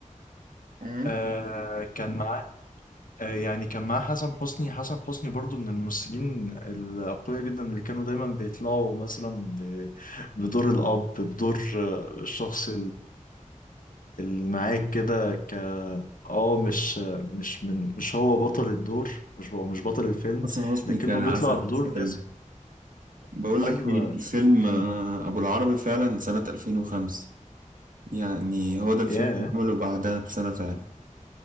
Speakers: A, on the right; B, on the left.
A: أه.
B: آه كان معاه آه يعني كان معاه حسن حسني حسن حسني برضه من الممثلين الاقوياء جدا اللي كانوا دايما بيطلعوا مثلا ب- بدور الاب بدور آه، الشخص اللي معاك كده ك اه مش مش من مش هو بطل الدور مش هو مش بطل الفيلم
A: حسن حسني
B: لكنه
A: كان عسل
B: بيطلع بدور
A: في الفيلم
B: لازم
A: ده. بقول لك
B: ايوه
A: إيه الفيلم
B: كان
A: آه، أبو العربي فعلا سنة 2005 يعني هو ده الفيلم
B: ياه
A: اللي عمله بعدها بسنة فعلا